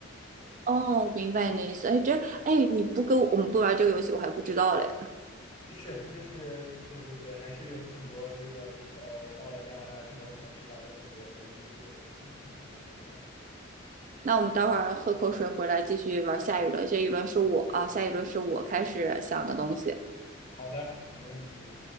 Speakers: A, on the right (about 40°); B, on the left (about 30°).
A: 哦，明白你的意思。哎，这哎，你不跟我我们不玩这个游戏，我还不知道嘞。
B: 是，就是就是对，还是有挺多这个呃，我到了加拿大之后才知道的很多有意思的东西，以前都不知道。
A: 那我们待会儿喝口水回来继续玩下一轮，这一轮是我啊，下一轮是我开始想的东西。
B: 好的，没问题。